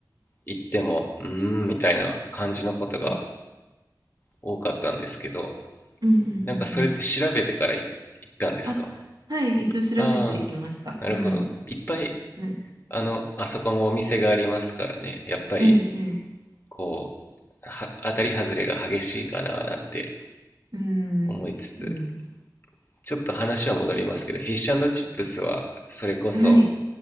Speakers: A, on the left; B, on the right.
A: 行っても、うーん、みたいな感じのことが
B: うん
A: 多かったんですけど、
B: うんうんう
A: なんかそれって調べてから行ったんですか
B: んあ、はい。一応調べていきました。
A: ああー、なるほど。
B: うん。
A: いっぱい
B: はい。
A: あの、あそこもお店がありますからね、やっぱり、
B: ええ、ええ。
A: こう、は当たり外れが激しいかななんて
B: うん。
A: 思いつつ、
B: うん。
A: ちょっと話は戻りますけど、フィッシュチップスは、それこそ、
B: はい。